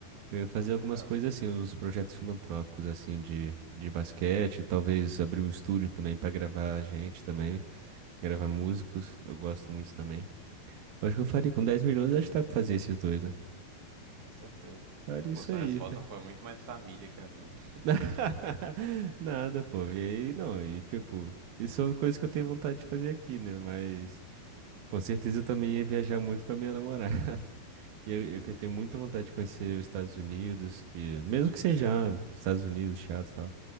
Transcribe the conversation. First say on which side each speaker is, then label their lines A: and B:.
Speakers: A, on the right (about 70°); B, on the right (about 35°).
A: Eu ia fazer
B: Pô,
A: algumas
B: legal.
A: coisas assim, uns projetos filantrópicos assim de, de basquete, talvez abrir um estúdio também pra gravar gente também, gravar
B: Uhum.
A: músicos, eu gosto muito também. Eu acho que eu faria com 10 milhões, acho que dá pra fazer esses dois, né?
B: Ah, com certeza.
A: Faria
B: Pô,
A: isso
B: sua
A: aí,
B: resposta
A: fé.
B: foi muito mais família que a minha. <laughs>
A: <laughs> Nada, pô. E aí, não, e tipo, isso são coisas que eu tenho vontade de fazer aqui, né? Mas com certeza eu também ia viajar muito com a minha namorada. <laughs> E eu,
B: Uhum.
A: eu que tenho muita vontade de conhecer os Estados Unidos, que mesmo que seja ah, Estados Unidos, chato, e tal.